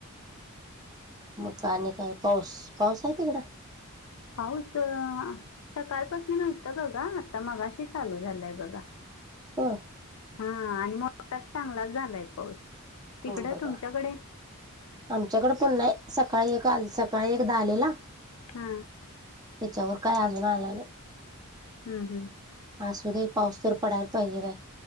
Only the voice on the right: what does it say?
मग आणि काय पाऊस पाऊस आहे तिकडं
हा
हम बघा
आमच्याकडे पण सकाळी एक आल सकाळी का एकदा आलेला त्याच्यावर
काय अजून आला नाही
असुदे पाऊस तर पडायला पाहिजे बाई